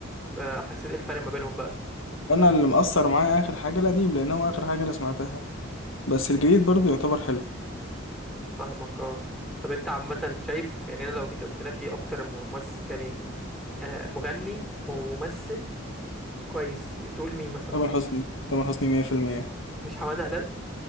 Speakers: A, in the centre; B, on the left.
A: اه حسيت ايه الفرق ما بينهم بقى؟
B: أنا اللي مأثر معايا آخر حاجة القديم لأن هو آخر حاجة أنا سمعتها بس الجديد برضو يعتبر حلو
A: فاهمك اه طب انت عامة شايف يعني انا لو جيت قلت لك ايه اكتر ممثل يعني آه، مغني وممثل كويس تقول مين مثلا
B: تامر حسني تامر حسني مية في المية
A: مش حمادة هلال